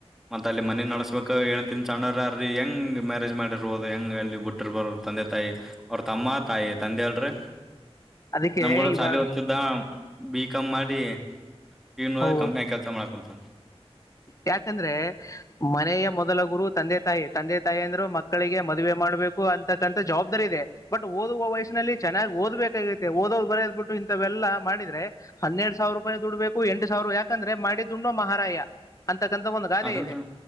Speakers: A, in the centre; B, on the left.
A: ಮತ್ತ ಅಲ್ಲಿ ಮನೆ ನಡಸಬೇಕು ಏಳ್ ತಿ ಸಣ್ಣ ರೀ ಹೆಂಗ್ ಮ್ಯಾರೇಜ್ ಮಾಡಿರ್ಬೋದು ಹೆಂಗ್ ಅಲ್ಲಿ ಬಿುಟ್ಟಿರ್ಬೋ ತಂದೆ ತಾಯಿ ಅವ್ರ ತಮ್ಮ ಆಯಾ ತಂದೆ ಅಲ್ರಿ
B: ಅದಕ್ಕೆ
A: ನಮ್ಗೂಡ
B: ಇವಾಗ
A: ಶಾಲಿ ಹೊದ್ತಿದ್ದ ಬಿ ಕಂ ಮಾಡಿ ಈಗ ನೋಡಿದ್ರ
B: ಹೌದು
A: ಕಂಪ್ನಿಯಾಗ ಕೆಲಸ ಮಾಡಕುಂತಾನ
B: ಯಾಕಂದ್ರೆ ಮನೆಯ ಮೊದ ಮೊದಲ ಗುರು ತಂದೆ ತಾಯಿ ತಂದೆ ತಾಯಿ ಅಂದ್ರು ಮಕ್ಕಳಿಗೆ ಮದುವೆ ಮಾಡ್ಬೇಕು ಅಂತಕ್ಕಂಥ ಜವಾಬ್ದಾರಿ ಇದೆ ಬಟ್ ಓದ ಓದುವ ವಯಸ್ಸಿನಲ್ಲಿ ಚನ್ನಾಗಿ ಓದಬೇಕಾಗತ್ತೆ ಓದೋದ ಬರದ್ ಬಿಟ್ಟ ಇಂತವೆಲ್ಲ ಮಾಡಿದ್ರೆ ಹನ್ನೆರಡ್ ಸಾವಿರ ರೂಪಾಯಿ ದುಡ್ಬೇಕು ಎಂಟು ಸಾವಿರ ಯಾಕಂದ್ರೆ ಮಾಡಿದ್ದುಣ್ಣು ಮಹಾರಾಯ ಅಂತಕ್ಕಂಥ ಒಂದು ಗಾದೆ
A: ಅದಂದ್ರ
B: ಇದೆ